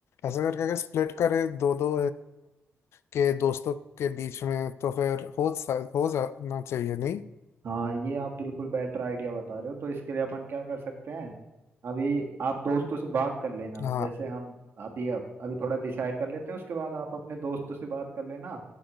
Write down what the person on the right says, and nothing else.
हाँ ये आप बिल्कुल बेटर आइडिया बता रहे हो तो इसके लिए अपन क्या कर सकते हैं अभी आप दोस्तों से बात कर लेना
जैसे हम अभी अभी थोड़ा डिसाइड कर लेते हैं उसके बाद आप अपने दोस्तों से बात कर लेना